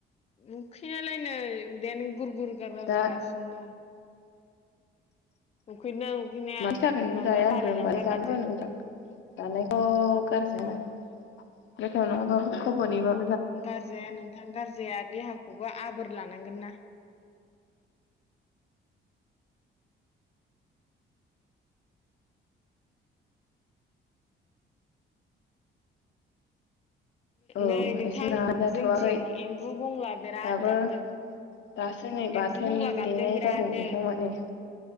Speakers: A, on the left; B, on the left.
A: उखैनायालाय नै उदैआनो गुर गुर गार गार
B: दा
A: जागासिनो दं उखैदों उखैनाया
B: मानि थाखाय
A: होमबाबो
B: जाया होनखो
A: बालायलांबाय
B: होनबा जानांगौ
A: माथो
B: नोंथां जानायखौ' गारजाया ना गोथाव‌ नंङा बाबो खबनै बाबो
A: गारजाया नोंथां गारजाया देहाखो खौबो आबोर लानांगोन ना
B: औ
A: नै नोंथां
B: एसे जानाय जाथ'वाखै
A: जोंथिं एम्बु बंला बिराद
B: दाबो
A: गाबदों
B: दासो नै बाथोन
A: एमबु बुंला गाबदों
B: देनाय
A: बिरादनो
B: जादों नोंथां माने